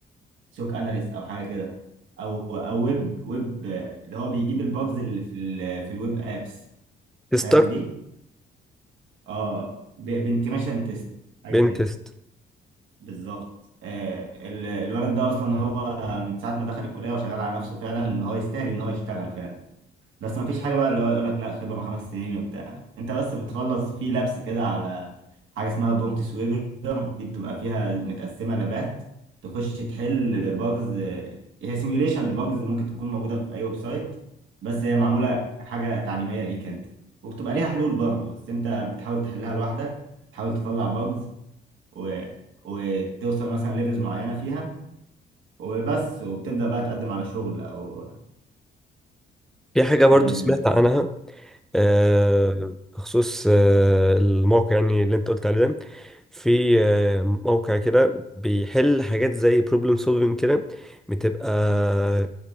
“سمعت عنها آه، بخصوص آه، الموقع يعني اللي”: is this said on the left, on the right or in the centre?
Centre